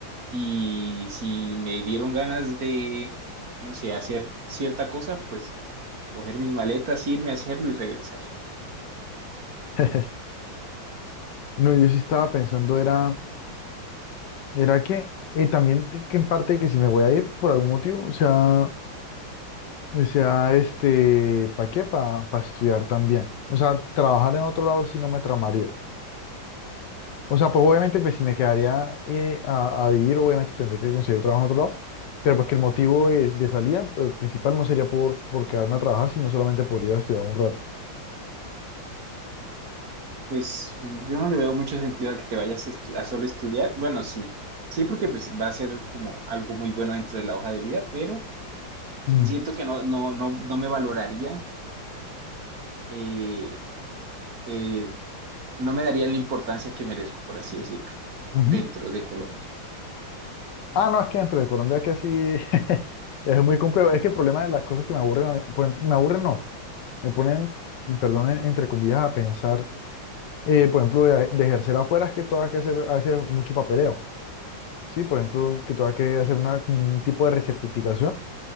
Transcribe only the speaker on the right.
y si me dieron ganas de, no sé, hacer cierta cosa, pues coger mis maletas, irme a hacerlo y regresar.
Pues yo no le veo mucho sentido a que te vayas estu- a solo estudiar. Bueno, sí, sí, porque pues va a ser como algo muy bueno dentro de la hoja de vida, pero
siento que no, no, no, no me valoraría, eh, eh, no me daría la importancia que merezco, por así decirlo,
dentro de Colombia.